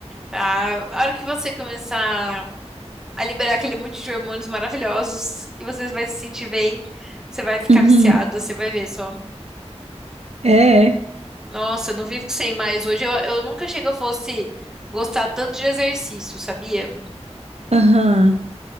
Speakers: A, in the centre; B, on the right.
A: Ah, a hora que você começar a liberar aquele monte de hormônios maravilhosos, que você vai se sentir bem, você vai ficar
B: Uhum.
A: viciado, você vai ver só.
B: É,
A: Nossa, eu não vivo sem mais. Hoje eu, eu nunca achei que eu fosse gostar tanto de exercício, sabia?
B: aham.